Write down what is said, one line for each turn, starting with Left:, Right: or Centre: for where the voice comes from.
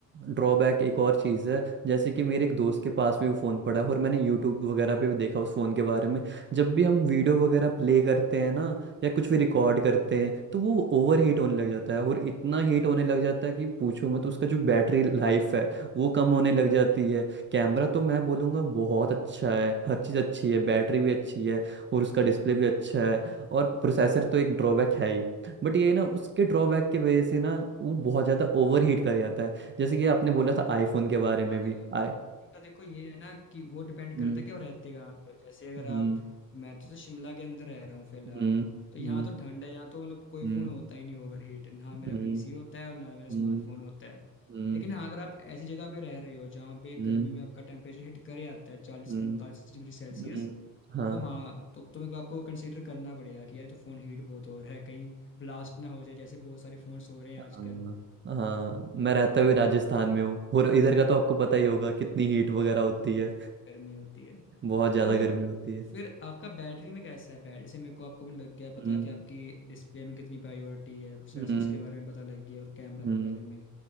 Right: ड्रॉबैक एक और चीज़ है जैसे कि मेरे एक दोस्त के पास भी वो फ़ोन पड़ा है और मैंने यूट्यूब वगैरह पे भी देखा उस फ़ोन के बारे में जब भी हम वीडियो वगैरह प्ले करते हैं ना या कुछ भी रिकॉर्ड करते हैं तो वो ओवर हीट होने लग जाता है और इतना हीट होने लग जाता है कि पूछो मत उसका जो बैटरी लाइफ है वो कम होने लग जाती है कैमरा तो मैं बोलूँगा बहुत अच्छा है हर चीज़ अच्छी है बैटरी भी अच्छी है और उसका डिस्प्ले भी अच्छा है और प्रोसेसर तो एक ड्रॉबैक है ही बट ये ना उसके ड्रॉबैक की वजह से ना वो बहुत ज़्यादा ओवर हीट कर जाता है जैसे कि आपने बोला था आईफोन
Left: मीटिंग
Right: के बारे में
Left: का
Right: भी
Left: तो
Right: आई
Left: मीटिंग का देखो ये है ना कि वो डिपेंड
Right: हम्म
Left: करता है कि आप रहते कहाँ पे हो जैसे अगर आप
Right: हम्म
Left: मैं तो से शिमला के अंदर रह रहा हूँ फिलहाल
Right: हम्म
Left: तो यहाँ
Right: हम्म
Left: तो ठंड है यहाँ तो मतलब कोई
Right: हम्म
Left: फ़ोन होता ही नहीं ओवर हीट ना मेरा
Right: हम्म
Left: पीसी होता है और ना मेरा
Right: हम्म
Left: स्मार्टफोन होता है
Right: हम्म
Left: लेकिन हाँ अगर आप ऐसी जगह पे रह रहे हो जहाँ पे
Right: हम्म
Left: गर्मी में आपका टेम्परेचर हिट करे आता है चालीस
Right: हम्म,
Left: पैंतालीस डिग्री सेल्सियस
Right: हम्म, हाँ
Left: तो हाँ तो तुम्हें को आपको कंसिडर करना पड़ेगा कि यार ये तो फ़ोन हीट बहुत हो रहा है कहीं ब्लास्ट ना हो जाए जैसे बहुत सारे फ़ोन्स हो रहे हैं
Right: हाँ
Left: आजकल
Right: हाँ मैं रहता भी राजस्थान में हूँ और इधर का तो आपको पता ही होगा कितनी हीट वगैरह होती है
Left: बहुत गर्मी होती है
Right: बहुत ज़्यादा
Left: तो
Right: गर्मी होती है
Left: फिर आपका बैटरी में कैसा है बैटरी जैसे मेरे को आपको लग गया पता
Right: हम्म
Left: कि आपकी डिस्प्ले में कितनी प्रायोरिटी है प्रोसेसर्स
Right: हम्म
Left: के बारे में पता लग गया और कैमरा के
Right: हम्म
Left: बारे में